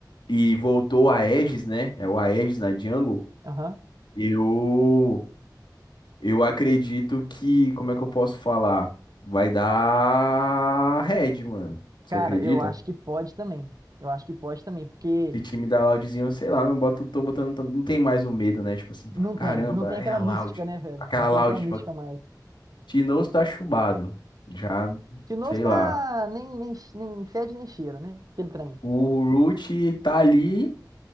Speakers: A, on the left (about 80°); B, on the right (about 55°).
A: e voltou a Aegis, né? É o Aegis na jungle.
B: Aham.
A: Eu eu acredito que, como é que eu posso falar? Vai dar red, mano. Você
B: Cara,
A: acredita?
B: eu acho que pode também. Eu acho que pode também, porque
A: Esse time da Loudzinho, sei lá, não bota, tô botando, tanto- não tem mais o medo, né? Tipo assim,
B: não
A: fala, caramba,
B: tem, não tem aquela
A: é a Loud.
B: mística, né, velho?
A: Aquela
B: Não tem
A: Loud,
B: aquela mística
A: tipo,
B: mais.
A: Tinoz tá chumbado. Já,
B: Se não
A: sei
B: está
A: lá.
B: nem, nem, nem fede nem cheira, né? Aquele trem.
A: O Root tá ali